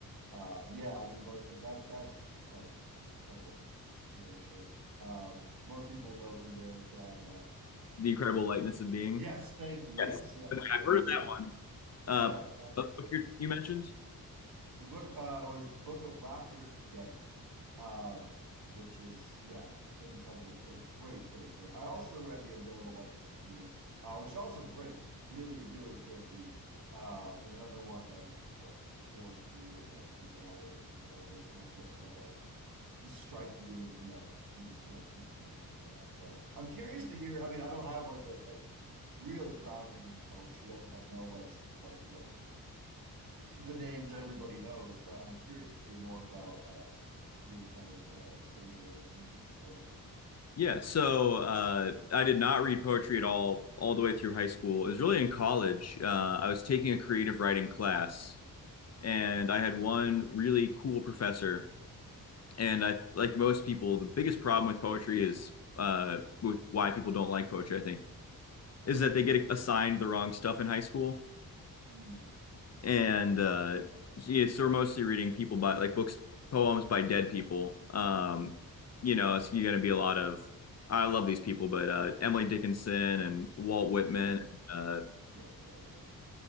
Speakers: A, on the right; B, on the left.
A: Um, yeah, I mean, most that that's an incredible, incredible piece of literature. Um, most people know Kundera from. Um,
B: the Incredible Lightness of Being.
A: yes, thank you. Yes,
B: Yes.
A: yeah,
B: I've
A: yeah,
B: heard of
A: yeah,
B: that one. Uh,
A: yeah. That's
B: what book you you mentioned?
A: The book uh, was the Book of Laughter and Forgetting, um, which is yeah, an incredible, a great, great book. I also read The Unbearable Lightness of Being, uh, which is also great, really, really good read. Uh, and another one that I just kind of like poured through and like devoured. You know, those kind of books that like just strike you and you know you just can't you can't put them down. But I'm curious to hear. I mean, I don't have like a, a real grounding in poetry. I mean, I know like some of like the the names everybody knows, but I'm curious to hear more about um, your kind of uh, exposure and interest in poetry.
B: Yeah, so uh, I did not read poetry at all, all the way through high school. It was really in college. Uh, I was taking a creative writing class, and I had one really cool professor. And I, like most people, the biggest problem with poetry is uh, with why people don't like poetry, I think, is that they get assigned the wrong stuff in high school
A: Mm,
B: and uh, so, yeah, so we're mostly reading people by like books, poems by dead people. Um, you know, it's you're gonna be a lot of I love these people, but uh, Emily Dickinson and Walt Whitman.
A: yeah,
B: Uh,
A: yeah, yeah, yeah.